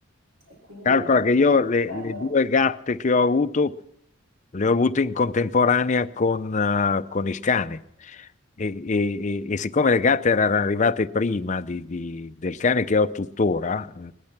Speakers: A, on the right (about 70°); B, on the left (about 35°).
A: e quindi
B: Calcola
A: è molto
B: che io le,
A: tenera.
B: le due gatte che ho avuto Le ho avute in contemporanea con, eh, con il cane. E, e- e- e siccome le gatte erano arrivate prima di- di- del cane che ho tuttora,